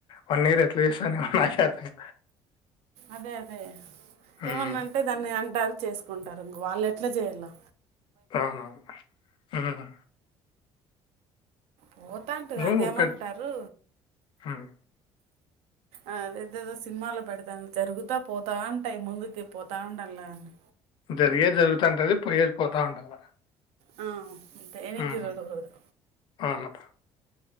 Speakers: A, on the left; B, on the right.
A: వన్ ఇయర్ ఎట్లా చేశానో ఏమో నాకేం అర్థం
B: అదే అదే
A: హుమ్
B: ఏమన్నా అంటే దాన్ని అంటారు చేసుకుంటారు ఇంగ వాళ్ళు ఎట్లా చేయల్లా
A: అవునవును హుమ్
B: పోతాంటు
A: నువ్వు
B: అది ఏమంటారూ
A: ఒక హ్మ్.
B: ఆ అదేదో సినిమాలో పెడతా జరుగుతా పోతా ఉంటాయి ముందుకి పోతా ఉండాల్లా అని
A: జరిగేది జరుగుతా ఉంటది పోయేది పోతా ఉండాల
B: ఆ అంతే వెనక్కి
A: ఉహు
B: చూడకూడదు
A: అవును